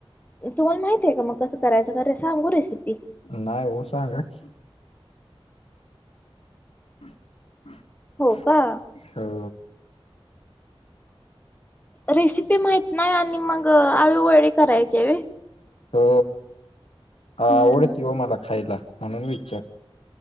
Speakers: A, on the left (about 15°); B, on the left (about 85°).
A: तुम्हाला माहतीये का मग कसं करायचं? <unintelligible> सांगू रेसिपी?
B: नाय हो, सांगा की. <inaudible>
A: हो का.
B: हो.
A: रेसिपी माहित नाय, आणि मग आळूवडी करायचीये व्हय?
B: हो
A: हम्म
B: आवडती हो मला खायला, म्हणून विचार